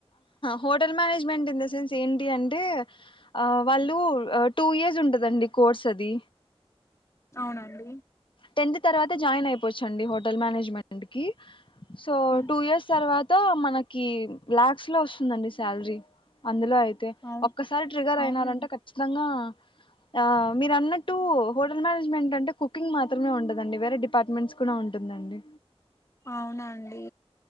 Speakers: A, on the left; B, on the left.
A: hotel management in the sense ఏంటి అంటే ఆ వాళ్ళు టూ ఇయర్స్ ఉంటది కదండి కోర్స్ అది
B: అవునండి
A: టెన్త్ తర్వాత జాయిన్ అయిపోచ్చండి హోటల్ మేనేజ్మెంట్ కి సో
B: హ్మ్.
A: టూ ఇయర్స్ తర్వాత మ మాకి లాస్ట్ లో వస్తుందండి సాలరీ అందు అయితే
B: అవు
A: ఒక్కసారి ట్రిగర్
B: అవునండి
A: అయినారంటే ఖచ్చితంగా ఆ మీరు అన్నట్టు హోటల్ మేనేజ్మెంట్ అంటే కుకింగ్ మాత్ర మాత్రమే ఉండదండి వేరే డిపార్ట్మెంట్స్ కూడా ఉంటుందండి
B: అవునాండి